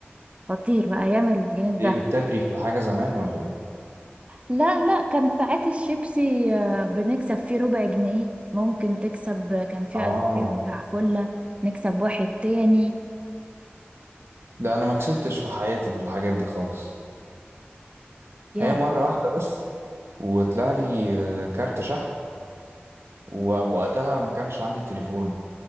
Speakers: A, on the right; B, on the right.
A: خطير بقى ايام الجنيه
B: كنت
A: الدهب
B: إيه بتجري في الحاجة زمان ولا إيه؟
A: لا لا كان ساعات الشيبسي آه، بنكسب فيه ربع جنيه ممكن تكسب كان فيه
B: آه
A: 2000 بتاع فلة نكسب واحد تاني
B: لا أنا ما كسبتش في حياتي في الحاجات دي خالص
A: يا
B: هي مرة واحدة بس وطلع لي آه، كارت شحن ووقتها ما كانش عندي تليفون